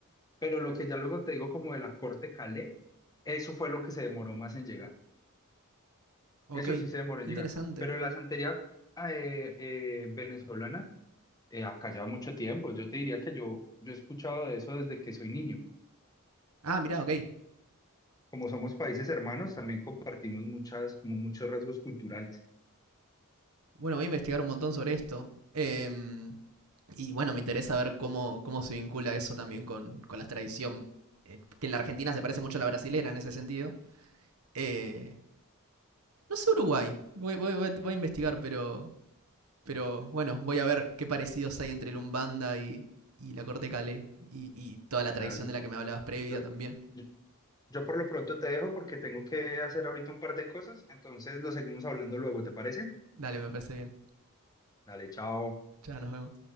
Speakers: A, on the left; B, on the right.
A: Pero lo que ya luego te digo como de la Corte Calais, eso fue lo que se demoró más en llegar.
B: ok,
A: Eso
B: qué
A: sí se demoró en llegar.
B: interesante.
A: Pero la santería eh, eh, venezolana, eh, acá lleva mucho tiempo. Yo te diría que yo, yo he escuchado de eso desde que soy niño.
B: Ah, mira, ok,
A: Como somos países hermanos, también compartimos muchas, como muchos rasgos culturales.
B: Bueno, voy a investigar un montón sobre esto. Eh, y bueno, me interesa ver cómo, cómo se vincula eso también con, con la tradición. eh, que en la Argentina se parece mucho a la brasilera en ese sentido. Eh, no sé Uruguay. Voy, voy- voy- voy a investigar, pero. Pero bueno, voy a ver qué parecidos hay entre el Umbanda y, y la corte calé. Y, y toda la tradición
A: Dale.
B: de la que me hablabas previa
A: Yo,
B: también.
A: yo, yo por lo pronto te dejo porque tengo que hacer ahorita un par de cosas. Entonces lo seguimos hablando luego, ¿te parece?
B: Dale, me parece bien.
A: Dale, chao.
B: Ya nos vemos.